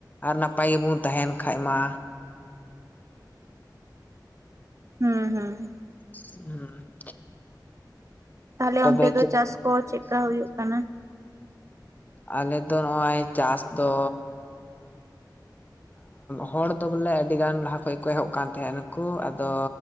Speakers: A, on the left; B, on the right.
A: ᱟᱨ ᱱᱟᱯᱟᱭ ᱜᱮᱵᱚᱱ ᱛᱟᱦᱮᱱ ᱠᱷᱟᱡ ᱢᱟ,
B: ᱦᱩᱸ ᱦᱩᱸ᱾
A: ᱦᱮᱸ <inaudible>
B: ᱛᱟᱦᱚᱞᱮ
A: ᱛᱚᱵᱮ
B: ᱚᱱᱛᱮ ᱫᱚ ᱪᱟᱥ ᱠᱚ ᱪᱮᱫ ᱠᱟ ᱦᱩᱭᱩᱜ ᱠᱟᱱᱟ?
A: ᱟᱞᱮᱫᱚ ᱱᱚᱜᱼᱚᱭ ᱪᱟᱥ ᱫᱚᱼᱼ ᱦᱚᱲ ᱫᱚ ᱵᱚᱞᱮ ᱟᱹᱰᱤᱜᱟᱱ ᱞᱟᱦᱟ ᱠᱷᱚᱡ ᱜᱮ ᱠᱚ ᱮᱦᱚᱵ ᱠᱟᱱ ᱛᱟᱦᱮᱸᱱᱟ ᱱᱩᱠᱩ ᱟᱫᱚᱼᱼ